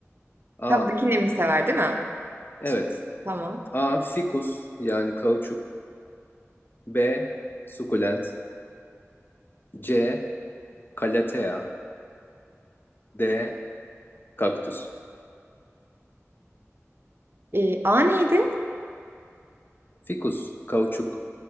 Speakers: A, on the left; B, on the right.
A: A.
B: Kabadaki nemi sever değil mi?
A: Evet.
B: Su- Tamam.
A: A. Fikus yani kauçuk. B. Sukulent. C. kalatea, D. Kaktüs.
B: Ee, A neydi?
A: Fikus. Kauçuk.